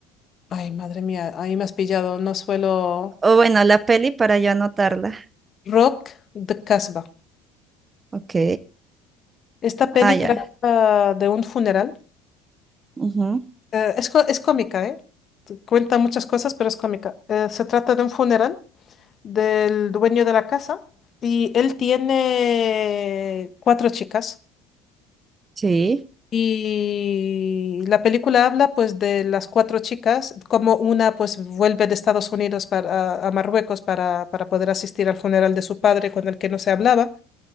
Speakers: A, on the left; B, on the right.
A: Ay, madre mía, ahí me has pillado, no suelo...
B: O bueno, la peli para yo anotarla.
A: Rock de Casbah.
B: Ok.
A: Esta
B: Ah,
A: peli
B: ya.
A: trata de un funeral,
B: Ujú.
A: Eh, es, co- es cómica, ¿eh? Cuenta muchas cosas, pero es cómica. Eh, se trata de un funeral del dueño de la casa y él tiene cuatro chicas.
B: Sí,
A: Y la película habla pues de las cuatro chicas, como una pues vuelve de Estados Unidos para, a a Marruecos para, para poder asistir al funeral de su padre con el que no se hablaba,